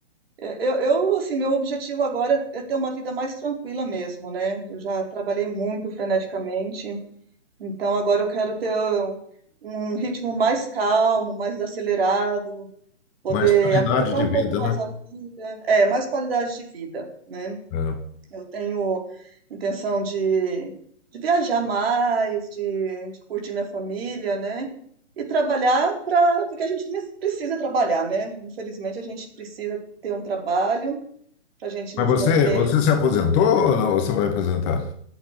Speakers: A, on the right; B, on the left.
A: Eu, eu, eu, assim, meu objetivo agora é ter uma vida mais tranquila mesmo, né? Eu já trabalhei muito freneticamente, então agora eu quero ter um um ritmo mais calmo, mais acelerado, poder
B: Mas qualidade
A: aproveitar
B: de
A: um
B: vida,
A: pouco mais
B: né?
A: a vida, é, mais qualidade de vida, né?
B: É.
A: Eu tenho intenção de, de viajar mais, de, de curtir minha família, né? E trabalhar para, porque a gente nes- precisa trabalhar, né? Infelizmente a gente precisa ter um trabalho para a gente
B: Mas
A: nos
B: você,
A: manter.
B: você se aposentou ou não? Ou você vai aposentar?